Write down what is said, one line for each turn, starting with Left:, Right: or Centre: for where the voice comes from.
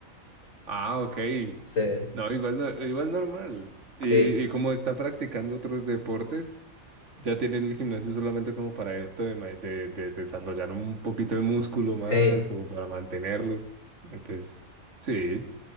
Right: Ah, ok.
Left: Sí,
Right: No, igual, no- igual normal. Y,
Left: sí,
Right: y como está practicando otros deportes, ya tiene el gimnasio solamente como para esto de, ma- de- de desarrollar un poquito de músculo
Left: sí.
Right: más o para mantenerlo. Entonces, sí,